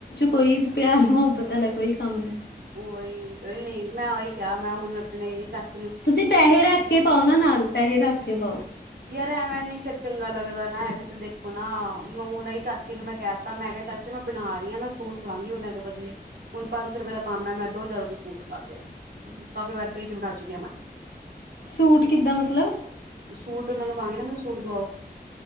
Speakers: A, on the left; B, on the right.
A: ਕੋਈ ਪਿਆਰ ਮੁਹੱਬਤ ਵਾਲਾ ਕੋਈ ਕੰਮ ਨਹੀਂ
B: ਉਓਹ ਉਹੀ ਨਹੀਂ ਮੈਂ ਉਹੀ ਕਿਹਾ ਮੈਂ ਹੁਣ ਆਪਣੇ ਚਾਚ
A: ਤੁਸੀ ਪੈਹੇ ਰੱਖ ਕੇ ਪਾਓ ਨਾ ਨਾਲ ਪੈਹੇ ਰੱਖ ਕੇ ਪਾਓ ।
B: ਯਾਰ ਐਵੇ ਨੀ ਫੇਰ ਚੰਗਾ ਲੱਗਦਾ ਨਾ ਇਹ ਵੀ ਤੇ ਦੇਖੋ ਨਾ ਹੁਣ ਈ ਚਾਚੀ ਨੂੰ ਮੈ ਕਹਿ ਤਾ ਮੈ ਕਿਹਾ ਚਾਚੀ ਮੈ ਬਣਾ ਰਹੀ ਆ ਮੈ ਸੂਟ ਲਾਗੀ ਹੁਣ ਇਹਦੇ ਬਦਲੇ, ਹੁਣ ਪੰਜ ਸੌ ਰੁਪਏ ਦਾ ਕੰਮ ਐ ਮੈ ਦੋ ਹਜ਼ਾਰ ਦਾ ਸੂਟ ਲਾਕੇ ਕਾਫੀ ਵਾਰ ਫ੍ਰੀ ਚ ਬਣਾ ਚੁੱਕਿ ਆ ਮੈਂ
A: ਸੂਟ ਕਿੱਦਾ ਮਤਲਬ?
B: ਸੂਟ ਉਹਨਾ ਨੂੰ ਕਹਾਗੀ ਨਾ ਮੈਨੂੰ ਸੂਟ ਦਵਾਓ ।